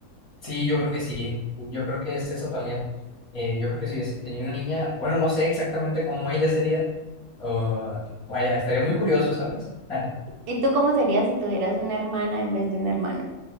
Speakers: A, on the left (about 25°); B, on the right (about 80°).
A: Sí, yo creo que sí, yo creo que es eso también. Eh, yo creo que si hubiese tenido una niña, bueno, no sé exactamente cómo ella sería, o- vaya, estaría muy curioso, ¿sabes? <laughs>
B: ¿Y tú cómo serías si tuvieras una hermana en vez de un hermano?